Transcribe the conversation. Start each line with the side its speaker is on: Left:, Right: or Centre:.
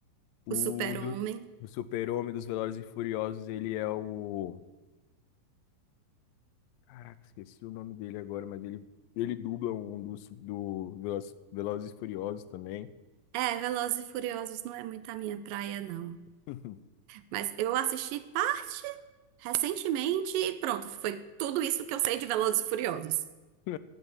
Left: o
Right: o Super-Homem.
Left: do, do Super-Homem dos Velozes e Furiosos, ele é o Caraca, esqueci o nome dele agora, mas ele, ele dubla um dos do Veloz- Velozes e Furiosos também.
Right: É, Velozes e Furiosos não é muito a minha praia, não.
Left: <laughs>
Right: Mas eu assisti parte recentemente e pronto, foi tudo isso que eu sei de Velozes e Furiosos.
Left: É,